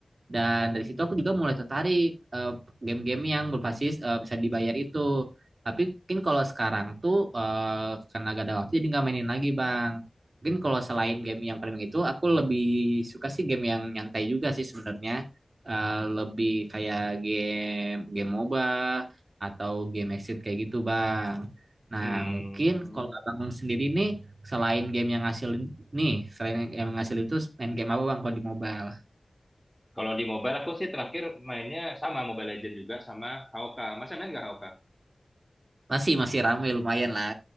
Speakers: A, on the right; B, in the centre.
A: Dan
B: Hmm.
A: dari situ aku juga mulai tertarik eh, game-game yang berbasis eh, bisa dibayar itu. Tapi mungkin kalau sekarang tuh eh, karena gak ada waktu jadi nggak mainin lagi Bang. Mungkin kalau selain game yang farming itu aku lebih suka sih game yang nyantai juga sih sebenarnya eh, lebih kayak game game MOBA atau game exit kayak gitu Bang. Nah
B: Hmm.
A: mungkin kalau Abang sendiri nih selain game yang ngasilin nih selain yang ngasilin itu main game apa Bang kalau di mobile?
B: Kalau di mobile aku sih terakhir mainnya sama Mobile Legend juga sama Hawka. Masa main nggak Hawka?
A: Masih masih ramai lumayan lah.